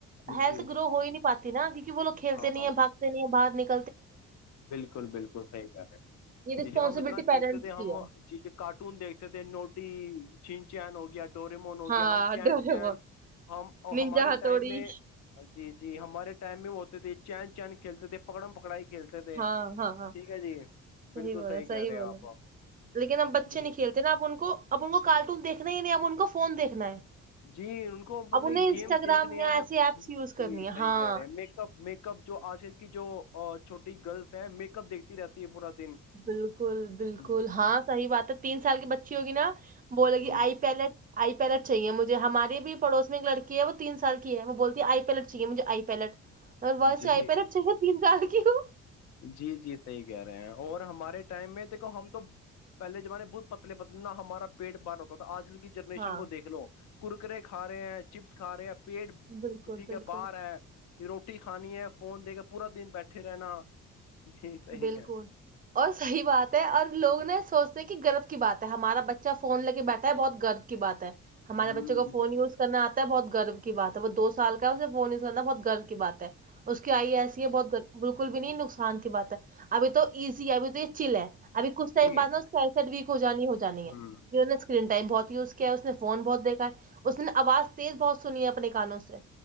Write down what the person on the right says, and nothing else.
ہیلتھ
گرو ہو ہی نہیں پاتی نا وہولو کھیلتے
نہیں
ہے باگتے نہیں ہے باہر نک
یہ رسپانسبلٹی
پیرنٹس
کی
ہے
ہاں
ڈوریمون
ننجا
ہتھوڑی
ہاں ہاں ہاں
صحی
بولا
صحیح
بولا
لیکن اب بچے
نہیں کھیلتے نا اب ان کو اب ان کو کارٹون دیکھنا ہی نہیں اب ان کو فون دیکنا ہے <unintelligible>
اب انہیں انسٹاگرام
یا
ایسی ایپس یوز
کرنی ہے
ہاں
بالکل بالکل
ہاں صحیح بات ہے تین سال کی بچی ہوگی نا بولے
گی آئی پیلٹ آئی پیلڈ چاہیے مجھے ہمارے بھی پڑوس میں ایک لڑی ہے وہ تین سال کی ہے وہ بول آئی پیلٹ چاہیے مجھے آئی پیلٹ اور ویس
سے آئی پیلٹ چاہیے تین سال کے کی <unintelligible>
ہاں
بالکل
بالکل
بالکل
اور صحیح بات ہے اور لوگ نے سوچتے کہ گرو کی بات ہے ہمارا بچہ فون لے کے بیٹھا ہے بہت گرو کی بات ہے ہمارے
بچوں کو فون یوز کرنا آتا بہت گرو کی بات ہے وہ دو سال کا ہے اسے فون نہیں سننا بہت گرو کی بات ہے اس کی آئیے ایسی بہت بھی نہیں نقصان کی بات ہے ابھی تو ایزی ہے ابھی تو یہ چل ہے ابھی کچھ ٹائم
بد نا اسکسٹ ویک ہو جانی ہو جانی
ہے اسکرین پ ائم بہت یوز کیا ہے اس نے فون بہت دیکا اس نے آواز تیز بہت سنی ہے اپنے گانوں سے